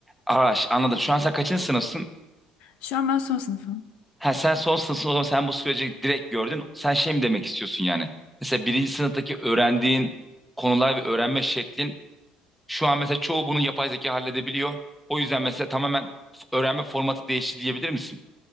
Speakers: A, in the centre; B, on the left.
A: Araş anladım. Şu an sen kaçıncı sınıfsın?
B: Şu an ben son sınıfım.
A: Ha, sen son sınıfsın o zaman sen bu süreci direkt gördün. Sen şey mi demek istiyorsun yani? Mesela birinci sınıftaki öğrendiğin konular ve öğrenme şeklin şu an mesela çoğu bunu yapay zeka halledebiliyor. O yüzden mesela tamamen f- öğrenme formatı değişti diyebilir misin?